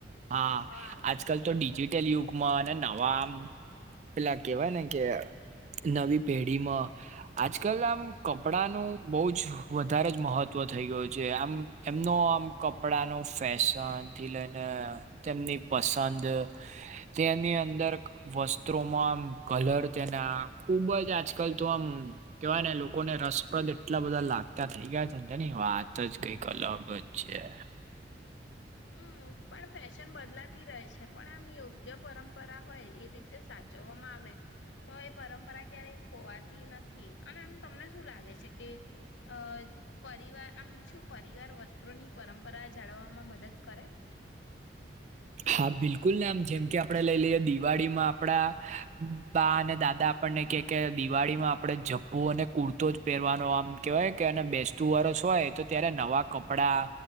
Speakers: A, on the right; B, on the left.
A: હા.
B: આવે
A: આજકાલ
B: છે
A: તો ડીજીટ ટલયુગમાં અને નવા આમ પહેલા કહેવાય ને, કે નવી પેઢીમાં આજકલ આમ કપડાનું બહું જ વધારે જ મહત્વ થઈ ગયું છે. આમ એમનો આમ કપડા નો ફેશનથી લઈને તેમની પસંદ તેની અંદર વસ્ત્રોમાં આમ કલર તેના ખુબ જ આજકલ તો આમ કહેવાય ને લોકોને રસપ્રદ એટલા બધા લાગતા થઈ ગયા છેન, તેની વાત જ કંઈક અલગ જ છેે.
B: હમ્મ. પણ ફેશન બદલાતી રહે છ. છે, પણ આમ યોગ્ય પરંપરા હોય એ રીતે સાચવવામાં આવે. તો એ પરંપરા ક્યારેય ખોવાતી નથી. અને આમ તમને શું લાગે છે કે અહ પરિવાર આમ શું પરિવાર વસ્ત્રોની પરંપરા જાળવવામાં મદદ કરે?
A: હા બિલકુલ ને આમ. જેમ કે આપણે લઈ લઈએ દિવાળીમાં આપણા બા અને દાદા આપણને કહે કે, દિવાળીમાં આપણે જભ્ભો અને કુર્તો જ પહેરવાનો, આમ કહેવાય કે એને બેસ તુ વર્ષ હોય તો ત્યારે નવા કપડા,